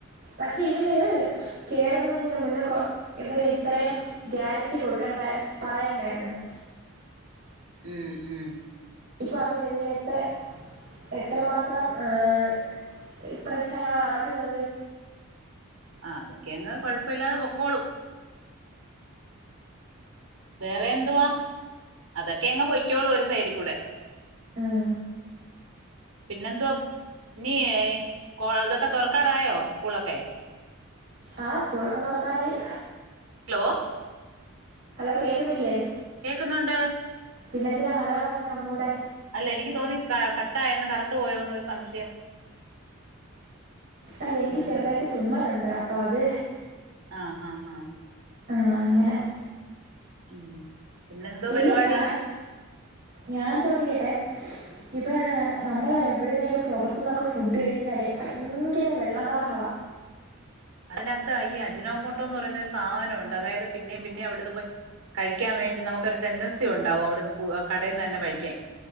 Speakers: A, on the right (about 45°); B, on the right (about 85°).
A: പക്ഷെ ഇവര് കേറുന്നതിന് മുന്നേ കൊ ഇവർ ഇത്രയും ഗ്യാരന്റിി കൊടുക്കണ്ട പറയണ്ടായിരുന്നു
B: ഉം ഉം
A: ഇപ്പൊ അതിനെതിരെ എത്ര എത്രമാത്രം ഏഹ് പ്രശ്നങ്ങളാ നടക്ക്ന്നത്.
B: ആഹ് അതൊക്കെ അങ്ങ് കൊഴപ്പില്ലാതെ പൊക്കോളും. വേറെ എന്തുവാ? അതൊക്കെ എങ്ങ് പൊയ്ക്കോളു ഒരു സൈഡി കൂടെ.
A: ഉം
B: പിന്നെന്തുവാ? നീ കോ ഇതൊക്കെ തൊറക്കാറായോ സ്കൂളൊക്കെ?
A: ആഹ് സ്കൂളൊക്കെ തൊറക്കാറായി.
B: ഹലോ
A: ഹലോ കേക്ക്ന്നില്ലേ?
B: കേക്കുന്നുണ്ട്.
A: പിന്നെന്തിനാ ഹലോ പറഞ്ഞത് ഒന്നൂടെ?
B: അല്ല എനിക്ക് തോന്നി കട്ടായെന്ന്. കറണ്ട് പോയോന്നൊരു സംശയം.
A: അല്ല എനിക്ക്
B: ഉം
A: ചെറുതായിട്ട് തുമ്മലുണ്ട്. അപ്പൊ അത്
B: ആഹ് ആഹ് ആഹ്.
A: ആഹ് അങ്ങനെ.
B: ഉം പിന്നെന്തോ
A: ഇല്ല.
B: പരിപാടി
A: ഞാൻ ഞാൻ ചോദിക്കട്ടെ? ഇപ്പ നമ്മള് എവിടെന്നേലും പൊറത്തുന്നൊക്കെ ഫുഡ് കഴിച്ചാലേ ഭയങ്കര വെള്ളം ദാഹവാ.
B: അതിനകത്ത് ഈ അജിനോമോട്ടോ എന്ന് പറയുന്ന ഒരു സാധനണ്ട്. അതായത് പിന്നേം പിന്നേ അവിടുന്ന് പോയി. കഴിക്കാൻ വേണ്ടി നമുക്കൊരു ടെൻഡൻസി ഉണ്ടാവും. അവിടുന്ന് കടെന്ന് തന്നെ കഴിക്കാൻ